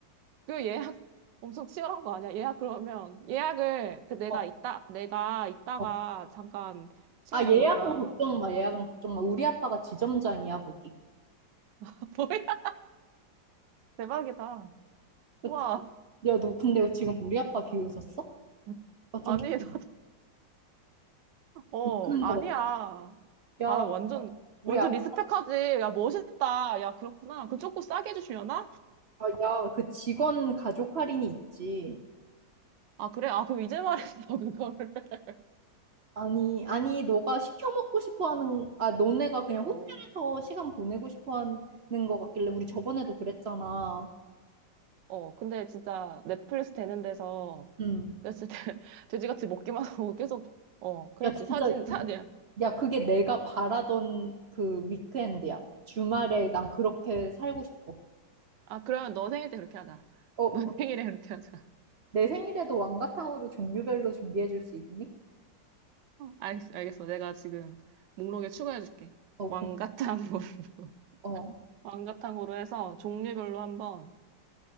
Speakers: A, on the right; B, on the right.
A: 그 예약 엄청 치열한 거 아니야? 예약 그러면 예약을 그 내가
B: 어,
A: 이따 내가 이따가
B: 어.
A: 잠깐 시간
B: 아, 예약은
A: 이 되니까
B: 걱정 마, 예약은 걱정 마. 우리 아빠가 지점장이야, 거기.
A: <laughs> 뭐야? 대박이다.
B: 그치?
A: 우와.
B: 야, 너 근데 지금 우리 아빠 비웃었어?
A: <laughs>
B: 아, 좀
A: 아니
B: 기분
A: 나도 어
B: 나쁘는
A: 아니야.
B: 거 맞다. 야,
A: 아 완전
B: 우리
A: 완전
B: 아빠,
A: 리스펙하지. 야 멋있다. 야 그렇구나. 그 조금 싸게 해주시려나?
B: 야, 그 직원 가족 할인이 있지.
A: 아 그래? 아 그럼 이제 말했어 그거를. <laughs>
B: 아니, 아니, 너가 시켜 먹고 싶어 하는, 아, 너네가 그냥
A: 어.
B: 호텔에서 시간 보내고 싶어 하는 것 같길래, 우리 저번에도 그랬잖아.
A: 어, 근데 진짜 넷플릭스 되는 데서
B: 응.
A: 그랬을 때 <laughs> 돼지같이 먹기만 하고 계속, 어, 그랬지.
B: 야, 진짜,
A: 사진, 사진.
B: 야, 그게 내가 바라던 그 위크엔드야. 주말에 난 그렇게 살고 싶어.
A: 아, 그러면 너 생일 때 그렇게 하자.
B: 어,
A: 너 <laughs> 생일에 그렇게 하자.
B: 내 생일에도 왕가탕으로 종류별로 준비해 줄 수 있니?
A: 어. <laughs> 알겠어, 알겠어. 내가 지금 목록에 추가해줄게.
B: 어,
A: 왕가탕으로.
B: 고,
A: <laughs>
B: 어.
A: 왕가탕으로 해서 종류별로 한번